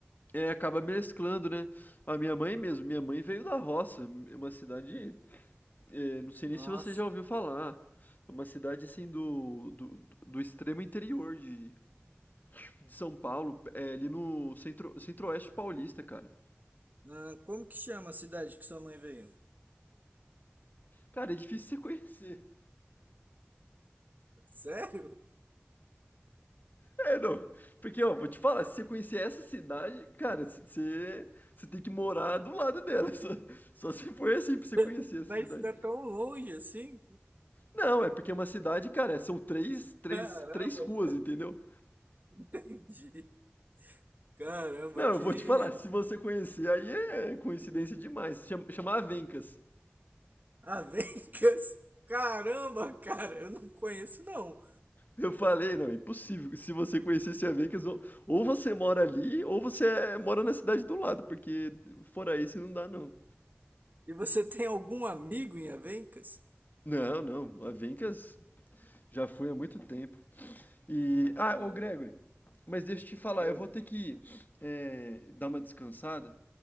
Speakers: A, on the left; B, on the right.
A: É, acaba mesclando, né. A minha mãe mesmo, minha mãe veio da roça, uma cidade É, não sei
B: Nossa.
A: nem se você já ouviu falar. É uma cidade assim do, do, do extremo interior de, de São Paulo, é ali no centro, centro-oeste paulista, cara.
B: Ah, Como que chama a cidade que sua mãe veio?
A: Cara, é difícil você conhecer.
B: Sério?
A: É, não. Porque, ó, vou te falar, se você conhecer essa cidade, cara, c- você, você tem que morar do lado dela. <laughs> Só, só se for assim pra você
B: <laughs>
A: conhecer essa
B: Mas
A: cidade.
B: tá tão longe assim?
A: Não, é porque é uma cidade, cara, são três, três,
B: Caramba,
A: três ruas,
B: cara.
A: entendeu?
B: <laughs> Entendi. Caramba,
A: Não,
B: que.
A: eu vou te falar, se você conhecer, aí é coincidência demais. Chama, chama Avencas.
B: <laughs> Avencas! Caramba, cara, eu não conheço não.
A: Eu falei, não, impossível. Se você conhecesse a Vegas, ou, ou você mora ali, ou você é- mora na cidade do lado, porque fora isso não dá, não.
B: E você <laughs> tem algum amigo em Avencas?
A: Não, não, a Vegas já fui há muito tempo. E, ah,
B: Ah,
A: ô Gregory, mas deixa eu te falar,
B: oi.
A: eu vou ter que eh, dar uma descansada,